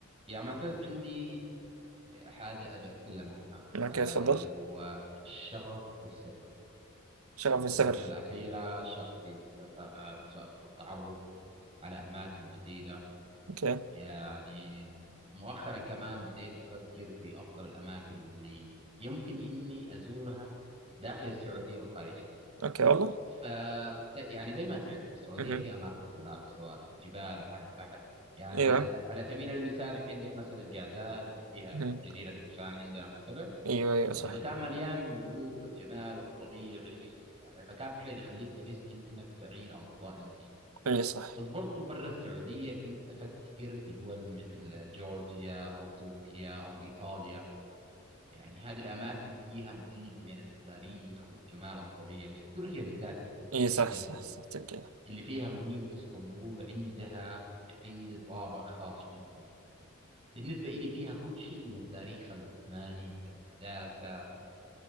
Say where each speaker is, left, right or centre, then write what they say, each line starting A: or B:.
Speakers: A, on the right; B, on the right.
A: يا معتز عندي حاجة أبي أتكلم عنها
B: اوكي
A: آه
B: اتفضل
A: اللي هو الشغف بالسفر
B: شغف
A: يعني
B: السفر
A: في الفترة الأخيرة شغفي بالسفر وس- والتعرف على أماكن جديدة
B: اوكي
A: يعني مؤخرا كمان بديت أفكر في أفضل الأماكن اللي يمكن إني أزورها داخل السعودية وخارجها
B: اوكي والله
A: ف زي- يعني زي ما تعرف السعوديه
B: اها
A: فيها اماكن خلابه سواء في الجبال او على البحر يعني على
B: ايوه
A: على سبيل المثال عندك مثلا جازان اللي فيها
B: اها
A: جزيره فرسان عندنا مثلا
B: ايوه ايوه
A: يعني
B: صح
A: مكان مليان بالهدوء والجمال الطبيعي يعني المكان فعلا يخليك تحس انك بعيد عن ضوضاء المدينه
B: اي صح
A: بس برضو برا السعوديه كنت افكر في دول مثل جورجيا او تركيا او ايطاليا يعني هذه الاماكن فيها مزيج بين التاريخ والجمال الطبيعي تركيا بالذات او تحديدا
B: اي صح صح صح تبقى
A: اللي فيها مدينة اسطنبول عندها عندي طابع خاص جدا بالنسبة إلي فيها كل شيء من التاريخ العثماني إلى الحداثة